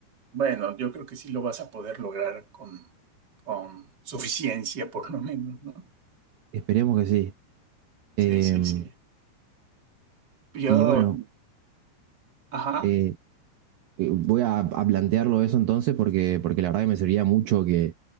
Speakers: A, on the right; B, on the right.
A: bueno, yo creo que sí lo vas a poder lograr con, con suficiencia, por lo menos, ¿no?
B: Esperemos que sí. Eh,
A: Sí, sí, sí. Yo,
B: y bueno,
A: ajá,
B: eh, eh, voy a, a plantearlo eso entonces porque, porque la verdad que me serviría mucho que